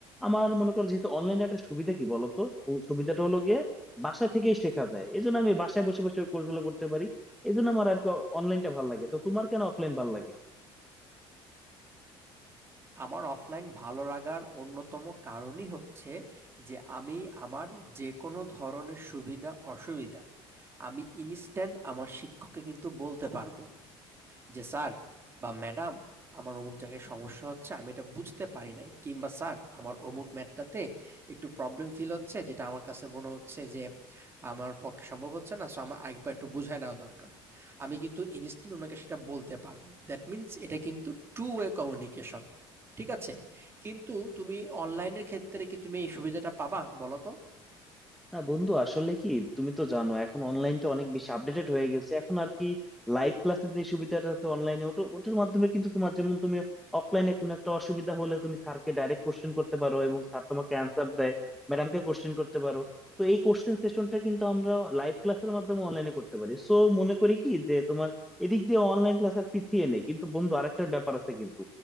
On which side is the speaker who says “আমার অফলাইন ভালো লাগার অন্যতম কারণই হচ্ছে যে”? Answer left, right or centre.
Right